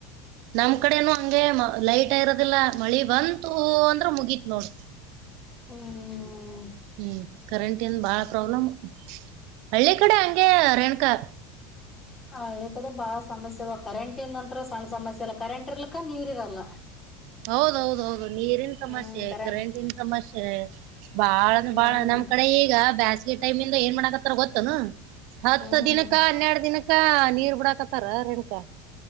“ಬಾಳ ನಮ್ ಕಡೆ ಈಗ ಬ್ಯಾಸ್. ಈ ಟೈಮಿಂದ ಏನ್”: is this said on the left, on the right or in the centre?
Right